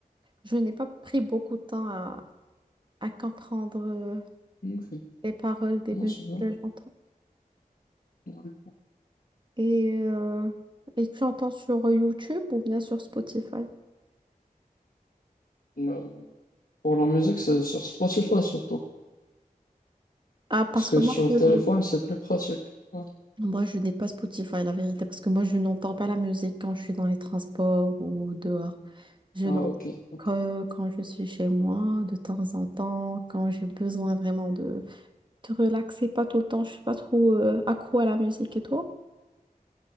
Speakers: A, on the right; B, on the left.
A: je n'ai pas pris beaucoup de temps à, à comprendre euh,
B: Ok,
A: les paroles des
B: Non,
A: musiques
B: c'est bien.
A: que j'entends.
B: Ouais.
A: Et, euh, et tu entends sur YouTube ou bien sur Spotify?
B: Mais pour la musique, c'est sur Spotify surtout.
A: Ah, parce
B: Parce que
A: que moi,
B: sur
A: je,
B: le téléphone, c'est plus pratique. Ouais.
A: moi, je n'ai pas Spotify, la vérité, parce que moi, je n'entends pas la musique quand je suis dans les transports ou dehors. Je
B: Ah,
A: l'entends
B: ok, ok,
A: que quand je suis chez moi, de temps en temps, quand j'ai besoin vraiment de te relaxer, pas tout le temps. Je suis pas trop euh, accro à la musique et toi?